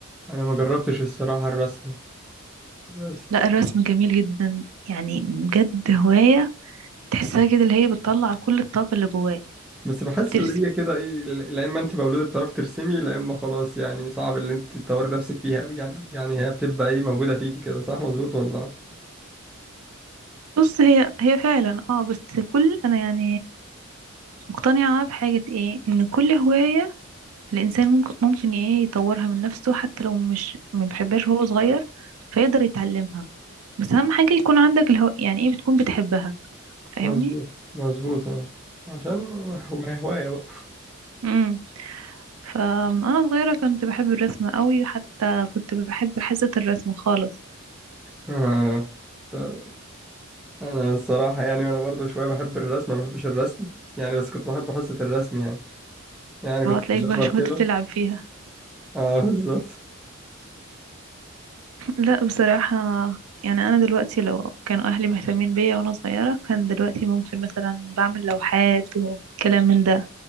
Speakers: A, in the centre; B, on the right.
A: أنا ما جربتش الصراحة الرسم بس
B: لا الرسم جميل جدا يعني بجد هواية تحسها كده اللي هي بتطلع كل الطاقة اللي جواك
A: بس بحس
B: ترسم
A: اللي هي كده ايه لا اما انت مولودة بتعرفي ترسمي لا اما خلاص يعني صعب اللي انت تطوري نفسك فيها أوي يعني يعني هي بتبقى ايه موجودة فيكي كده صح مظبوط ولا
B: بص هي هي فعلا اه بس كل انا يعني مقتنعة بحاجة ايه ان كل هواية الانسان ممكن ممكن ايه يطورها من نفسه حتى لو مش ما بيحبهاش وهو صغير فيقدر يتعلمها بس اهم حاجة يكون عندك الهو... يعني ايه بتكون بتحبها فاهمني
A: مظبوط مظبوط اه عشان هو ما هي هواية بقى
B: امم فانا صغيرة كنت بحب الرسم قوي حتى كنت بحب حصة الرسم خالص
A: <laughs> آه. آه. انا الصراحة يعني وانا برضو شوية بحب الرسم ما بحبش الرسم يعني بس كنت بحب حصة الرسم يعني يعني كنت
B: هو تلاقيك
A: بجرب
B: بقى شوية
A: كده
B: بتلعب فيها
A: اه بالظبط
B: لا بصراحة يعني أنا دلوقتي لو كانوا أهلي مهتمين بيا وأنا صغيرة كان دلوقتي ممكن مثلا بعمل لوحات وكلام من ده